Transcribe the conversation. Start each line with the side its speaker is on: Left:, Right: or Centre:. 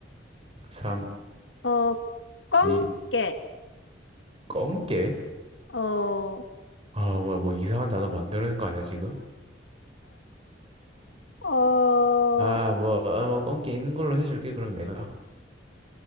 Right: 3,
Left: 어, 꽝깨.
Right: 2, 꽁깨?
Left: 어,
Right: 아, 뭐야, 뭐 이상한 단어 만드는 거 아니야, 지금?
Left: 어,
Right: 아, 뭐, 아, 뭐, 꽁깨 있는 걸로 해줄게, 그럼 내가.